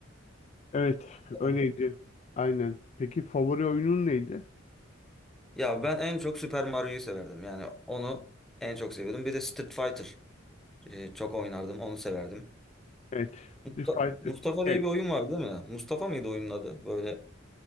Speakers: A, on the left; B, in the centre.
A: Evet,
B: <laughs>
A: öyleydi. Aynen. Peki favori oyunun neydi?
B: Ya ben en çok Super Mario'yu severdim. Yani onu en çok seviyordum. Bir de Street Fighter e, çok oynardım. Onu severdim.
A: Evet.
B: Musta-
A: Street Fighter
B: Mustafa
A: şey,
B: diye bir oyun vardı değil mi? Mustafa mıydı oyunun adı? Böyle